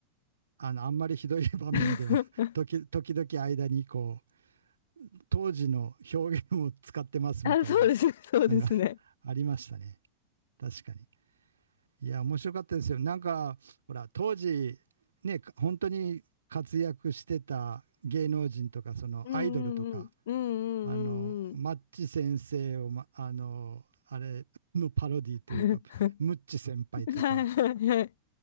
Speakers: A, on the right; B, on the left.
A: あの、あんまりひどい場面では
B: <laughs>
A: <laughs> 時、時々間にこう、当時の表現を使ってますみたいな
B: あ、そうですね、そうですね。
A: のが <laughs> ありましたね。確かに。いや、面白かったですよ。なんか、ほら、当時、ね、本当に活躍してた芸能人とか、そのアイドルとか、
B: うんうんうん。うんうんうんうん。
A: あの、マッチ先生を、ま、あの、あれのパロディというか、
B: <laughs>
A: ムッチ先輩とか、
B: はいはいはい。